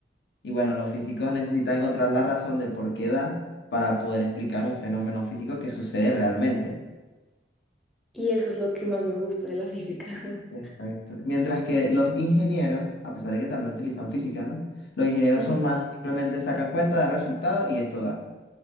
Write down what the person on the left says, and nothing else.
Y bueno, los físicos necesitan encontrar la razón de por qué da para poder explicar un fenómeno físico que sucede realmente.
Exacto. Mientras que los ingenieros, a pesar de que también utilizan física, ¿no? Los ingenieros
son más, simplemente sacan cuenta, dan resultado y esto da.